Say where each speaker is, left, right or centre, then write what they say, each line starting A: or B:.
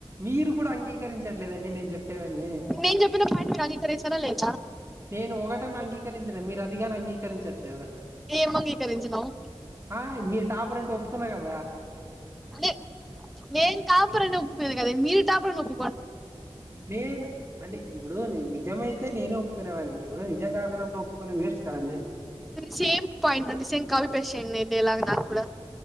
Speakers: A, on the right (about 25°); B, in the centre.
A: మీరు కూడా అంగీకరించట్లేదండి నేను చెప్పేవన్ని
B: నేను చెప్పిన పాయింట్ మీరు అంగీకరించారా లేదా
A: నేను ఒకటన్న అంగీకరించిన మీరు అదిగానీ అంగీకరించట్లేదు
B: ఏం అంగీకరించినావు
A: ఆ మీరు టాప్ అంటే ఒప్పుకున్న కదా
B: నే నేను టాపర్ అని ఒప్పుకున్నది కదా మీరు టాపరనీ ఒప్పుకో
A: నేను అంటే ఇప్పుడు నీ నిజమయితే నేనే ఒప్పుకునేవాడిన్ని ఇప్పుడు నిజం కాకున్నప్పుడు ఒప్పు కొన్ని వేస్ట్ కదండి
B: సేమ్ పాయింట్ అంటే సేమ్ కాపీ పేస్ట్ చేయండి నెల నాకు కూడా